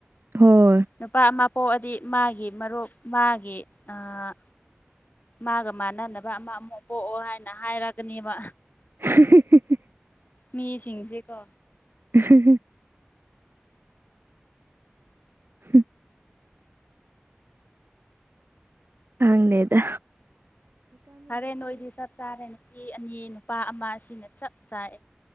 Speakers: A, on the right; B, on the left.
A: ꯍꯣꯏ
B: ꯅꯨꯄꯥ ꯑꯃ ꯄꯣꯛꯑꯗꯤ ꯃꯥꯒꯤ ꯃꯔꯨꯞ ꯃꯥꯒꯤ ꯑꯥ ꯃꯥꯒ ꯃꯥꯟꯅꯅꯕ ꯑꯃ ꯑꯃꯨꯛ ꯄꯣꯛꯑꯣ ꯍꯥꯏꯅ ꯍꯥꯏꯔꯒꯅꯤꯕ
A: <inaudible>
B: ꯃꯤꯁꯤꯡꯖꯦꯀꯣ
A: <inaudible> <unintelligible> ꯈꯥꯡꯗꯦꯗ
B: ꯐꯔꯦ ꯅꯣꯏꯗꯤ ꯆꯞ ꯆꯥꯔꯦ ꯅꯨꯄꯤ ꯑꯅꯤ ꯅꯨꯄꯥ ꯑꯃ ꯁꯤꯅ ꯆꯞ ꯆꯥꯢ